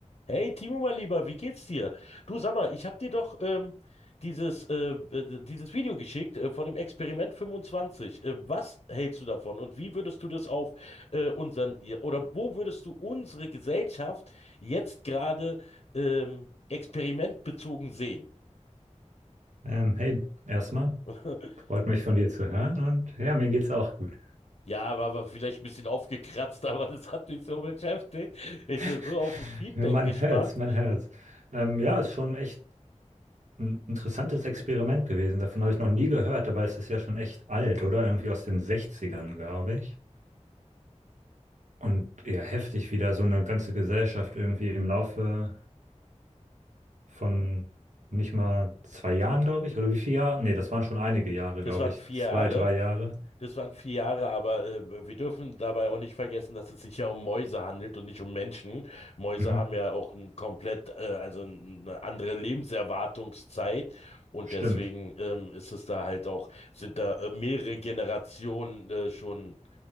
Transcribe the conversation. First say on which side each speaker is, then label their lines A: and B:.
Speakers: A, on the left; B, on the right.
A: Hey Timo, mein Lieber, wie geht's dir? Du sag mal, ich hab dir doch ähm, dieses, äh, äh, dieses Video geschickt äh, von dem Experiment 25. Äh, was hältst du davon und wie würdest du das auf äh, unseren ihr- oder wo würdest du unsere Gesellschaft jetzt gerade ähm, experimentbezogen sehen?
B: Ähm, hey, erstmal
A: <laughs>
B: freut mich von dir zu hören und ja, mir geht's auch gut.
A: Ja, war, war vielleicht ein bisschen aufgekratzt, <laughs> aber das hat mich so beschäftigt. Ich bin
B: <laughs>
A: so auf ein Feedback
B: Man
A: gespannt.
B: hört's, man hört's. Ähm, ja, ist schon echt ein interessantes Experiment gewesen. Davon habe ich noch nie gehört, aber es ist ja schon echt alt, oder? Irgendwie aus den Sechzigern glaube ich. Und ja, heftig, wie da so eine ganze Gesellschaft irgendwie im Laufe von nicht mal zwei Jahren, glaube ich, oder wie viele Jahre? Nee, das waren schon einige Jahre,
A: Das
B: glaube
A: waren
B: ich.
A: vier
B: Zwei,
A: Jahre.
B: drei Jahre.
A: Das waren vier Jahre, aber äh, wir dürfen dabei auch nicht vergessen, dass es sich ja um Mäuse handelt und nicht um Menschen. Mäuse
B: Mhm.
A: haben ja auch ein komplett, äh, also eine andere Lebenserwartungszeit und
B: Stimmt.
A: deswegen ähm, ist es da halt auch, sind da äh, mehrere Generationen äh, schon